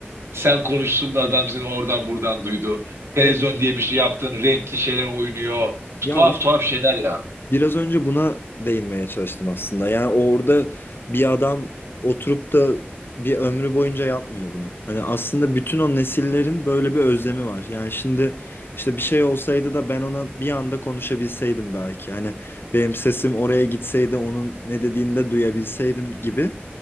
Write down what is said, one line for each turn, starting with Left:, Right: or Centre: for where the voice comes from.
Right: sen konuştun da adam seni oradan buradan duydu. Televizyon
Left: Evet.
Right: diye bir şey yaptın, renkli şeyler oynuyor.
Left: Ya
Right: Tuhaf tuhaf şeyler ya.
Left: Biraz önce buna değinmeye çalıştım aslında. Yani orada bir adam oturup da bir ömrü boyunca yapmıyor bunu. Hani aslında bütün o nesillerin böyle bir özlemi var. Yani şimdi işte bir şey olsaydı da ben ona bir anda konuşabilseydim belki. Hani benim sesim oraya gitseydi onun ne dediğini de duyabilseydim gibi.